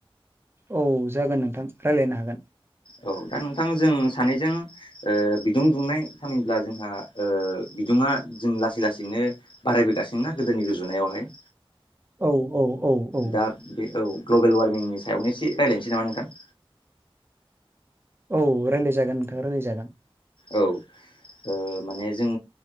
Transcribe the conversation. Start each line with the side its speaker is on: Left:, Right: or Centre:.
Right: औ जागोन नोंथां रायज्लायनो हागोन
Left: औ दा नोंथां जों सानैजों ओ बिदुं दुंनाय थामहिनबा जोंहा बिदुङा जों लासै लासैनो बारायबोगासिनो ना गोदोनि रुजुनायावहाय
Right: औ औ औ औ
Left: दा बे औ ग्ल'बेल वार्मिंनि सायावनो एसे रायज्लायनोसै नामा नोंथां?
Right: औ रायज्लायजागोन नोंथां रायज्लायजागोन
Left: औ ओ माने जों